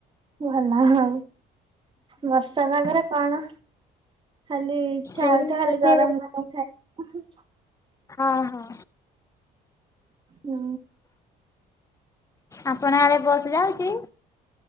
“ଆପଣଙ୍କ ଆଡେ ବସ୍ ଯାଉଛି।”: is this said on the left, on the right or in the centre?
Left